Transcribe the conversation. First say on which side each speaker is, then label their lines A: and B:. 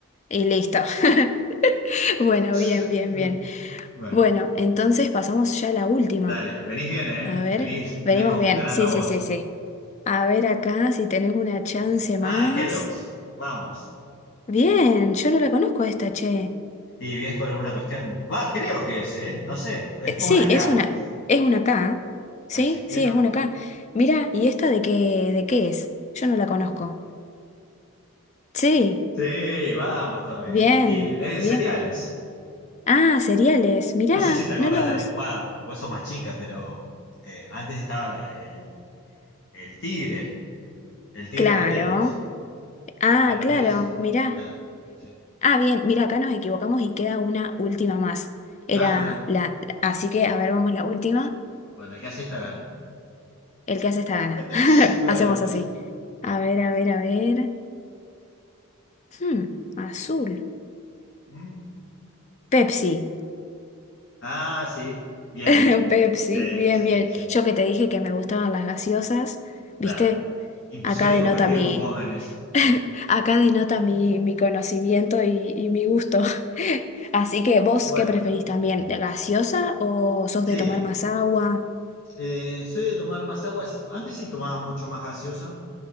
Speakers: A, on the left; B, on the left.
A: y listo. <laughs> Bueno,
B: <laughs>
A: bien, bien, bien.
B: Bueno,
A: Bueno, entonces pasamos ya a la última.
B: dale, venís bien, ¿eh?
A: A ver,
B: Venís
A: venimos
B: lejos
A: bien.
B: ganando
A: Sí, sí,
B: vos.
A: sí, sí. A ver acá si tenés una chance
B: Mm.
A: más.
B: Ah, Kellogg's, vamos.
A: Bien, yo no la conozco a esta, che.
B: Y es por alguna cuestión. Va, creo que es, ¿eh? No sé, es
A: Eh,
B: por
A: sí,
B: una K.
A: es una, es una acá. ¿eh? Sí,
B: A ver si es Kellogg.
A: sí, es una acá. Mira, ¿y esta de qué, de qué es? Yo no la conozco. Sí,
B: Sí, vamos todavía.
A: bien,
B: Y eh,
A: bien.
B: cereales.
A: Ah, cereales. Mirá,
B: No sé si te acordás
A: no los.
B: de. Va, vos sos más chica, pero eh, antes estaba la- el, el tigre. El tigre
A: Claro.
B: de Kellogg's.
A: Ah,
B: Bueno,
A: claro,
B: es ese.
A: mirá.
B: Ah, sí.
A: Ah, bien, mira, acá nos equivocamos y queda una última más. Era
B: Ah, mirá.
A: la, la- así que, a ver, vamos la última.
B: Bueno, el que hace esta gana.
A: El que hace esta gana.
B: <laughs>
A: <laughs>
B: Vale.
A: Hacemos así. A ver, a ver, a ver. Hmm, azul.
B: Mm.
A: Pepsi.
B: Ah, sí. Bien,
A: <laughs>
B: bien.
A: Pepsi,
B: Sí,
A: bien,
B: sí,
A: bien.
B: sí.
A: Yo que te dije que me gustaban las gaseosas, ¿viste?
B: Claro. Imposible
A: Acá denota
B: competir
A: mi,
B: con vos en eso.
A: <laughs> acá denota mi, mi conocimiento y, y mi gusto. <laughs> Así que, ¿vos
B: Bueno,
A: qué preferís también? ¿Gaseosa o sos
B: sí.
A: de tomar más agua?
B: Eh, soy de tomar más agua. Antes sí tomaba mucho más gaseosa.